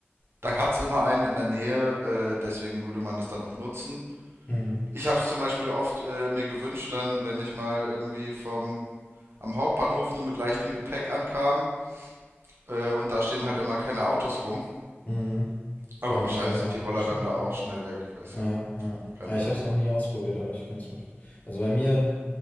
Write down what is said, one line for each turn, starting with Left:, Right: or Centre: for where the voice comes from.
Right: da hat's immer einen in der Nähe, äh, deswegen würde man das dann auch nutzen.
Left: mhm,
Right: Ich habe es zum Beispiel oft äh, mir gewünscht, dann, wenn ich mal irgendwie vom am Hauptbahnhof nur mit leichtem Gepäck ankamen. Äh, und da stehen halt immer keine Autos rum.
Left: mhm.
Right: Aber
Left: Dann
Right: wahrscheinlich
Left: einfach mal
Right: sind die Roller
Left: schnell.
Right: dann da auch schnell weg, weißt
Left: Ja,
Right: du?
Left: ja.
Right: Keine
Left: Ja, ich
Right: Ahnung.
Left: habe es noch nie ausprobiert, aber ich kann's mir also, bei mir